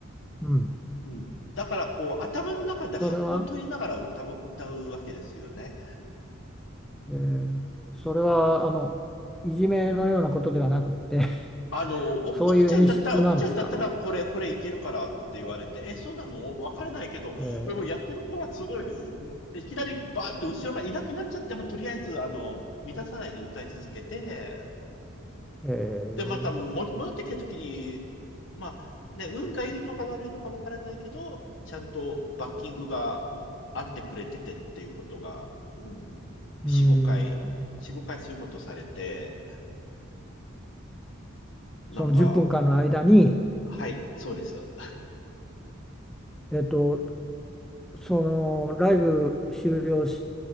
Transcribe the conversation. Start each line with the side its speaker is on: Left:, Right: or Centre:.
Centre: う、うん、
Left: うん、だからこう頭の中で拍を取りながら歌う、
Centre: それは
Left: 歌うわけですよね。
Centre: えーそれはあのいじめのようなことではなくて <laughs>
Left: あの、奥奥ちゃんだったら、
Centre: そういう演出なんですか。
Left: 奥ちゃんだったらこれ、これいけるからって言われて、え、そうなのわからないけど、
Centre: えー
Left: でもやってる子はすごい、いきなりバーンって後ろがいなくなっちゃっても、とりあえず、あの、乱さないで歌い続けて、
Centre: え
Left: で、またも戻ってきたときに、まあ、ね、運がいいのか悪いのかわからないけど、ちゃんとバッキングがあってくれててっていうことが、うん、4、
Centre: ーうーん
Left: 5回、4、5回そういうことされて、なんか、
Centre: その10分間の間に、
Left: はい、そうです。
Centre: えっと、そのライブ終了し